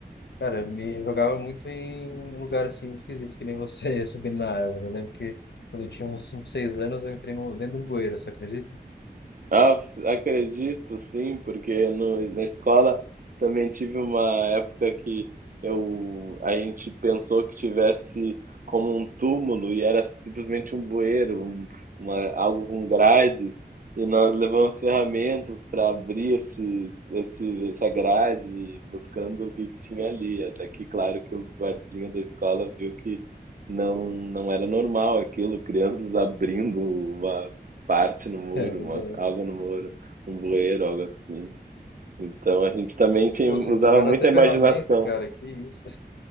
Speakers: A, on the left; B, on the right.
A: cara, me jogava muito em lugar, assim, esquisito, que nem você, <laughs> subindo na árvore. Eu lembro que quando eu tinha uns 5 6 anos, eu entrei no, dentro de um bueiro, você acredita? <laughs>
B: Ah, s- <laughs> acredito sim, porque no, na escola também tive uma época que eu, a gente pensou que tivesse como um túmulo e era simplesmente um bueiro, um- uma, algo com grades, e nós levamos ferramentas para abrir esse, esse, essa grade, buscando o que que tinha ali. Até que, claro, que o guardinha da escola viu que não, não era normal aquilo, crianças <laughs> abrindo uma parte no muro,
A: É verdade.
B: uma- algo no muro, um bueiro, algo assim. Então a gente também tinha,
A: Pô, vocês
B: usava
A: levaram
B: muita
A: até ferramenta,
B: imaginação.
A: cara, que isso.